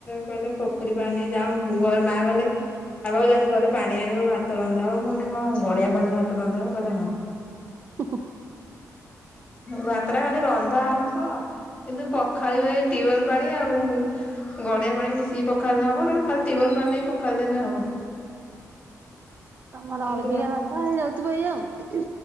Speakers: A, on the left; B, on the right.
A: କହିଲେ ପୋଖରୀ ପାଣି ଯାଉନୁ ମା ଗଲେ ଆଗକୁ ଯାଇନ ଥିବୁ ଗରେ ପାଣି ଆଣିବ ଭାତ ରନ୍ଧାହବ ମୁଁ କହିଲି କଣ ଗଡିଆ ପାଣିରେ ଭାତ ରନ୍ଧା ହବ କହିଲେ ହଁ।
B: ହୁଁ।
A: ଭାତ ଟା ଖାଲି ରନ୍ଧା ହେବ କିନ୍ତୁ ପଖାଳିବେ ଟ୍ୟୁୱେଲ ପାଣି ଆଉ ଗଡ଼ିଆ ପାଣି ମିଶିକି ପଖାଳିଲେ ହବ ନହେଲେ ଖାଲି ଟ୍ୱ୍ୟବଲ ପାଣିରେ ପଖାଳି ଦେଲେ ହବ।
B: ତମର
A: କିନ୍ତୁ
B: ଅଳ୍ପୀକିଆ
A: ଭା
B: ଭାତ ହେଇଯାଉଥିବ ଏୟା ଆଉ।